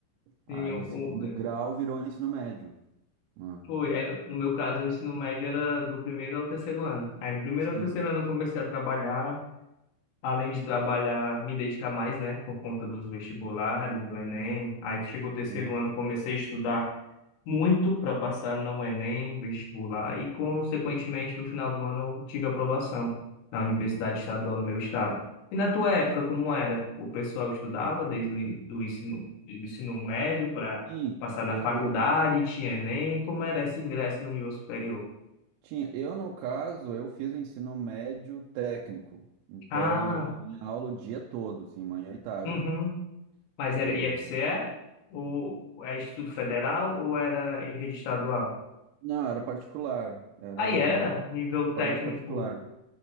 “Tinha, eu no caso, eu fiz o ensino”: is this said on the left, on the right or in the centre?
Right